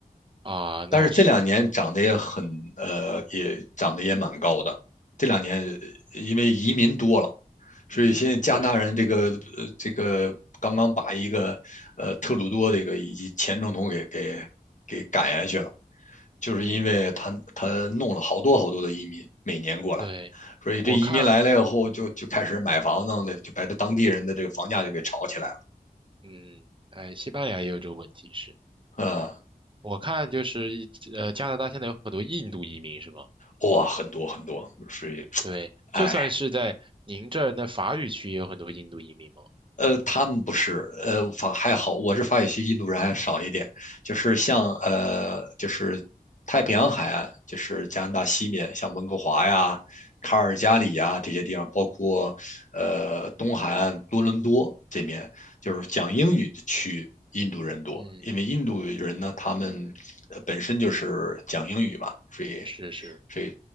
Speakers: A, on the right; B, on the left.
A: 啊，
B: 但是这两年涨得也很，
A: 那是，
B: 呃，也涨得也蛮高的。这两年因为移民多了，所以现在加拿大人这个呃这个刚刚把一个呃特鲁多这个以及前总统给给给赶下去了，
A: 嗯，对，
B: 就是因为他他弄了好多好多的移民每年过来，
A: 嗯，对，
B: 所以这移民来了以后就就开始买房子的，
A: 我看，
B: 就把这当地人的这个房价就给炒起来了，
A: 嗯，哎，西班牙也有这个问题是，
B: 嗯，
A: 我看就是一呃，加拿大现在有很多印度移民是吗？
B: 哇，很多很多，所以
A: 对，
B: 哎，
A: 就算是在您这儿那法语区也有很多印度移民吗？
B: 呃，他们不是，呃，法还好，我是法语区印度人还少一点，就是像呃，
A: 嗯
B: 就是太平洋海岸，就是加拿大西面，像温哥华呀、
A: 嗯
B: 卡尔加里呀这些地方，包括呃东海岸多伦多这面，就是讲英语的区，印度人多，
A: 嗯，
B: 因为印度人呢，
A: 嗯
B: 他们呃本身就是讲英语嘛，所以
A: 是是，
B: 所以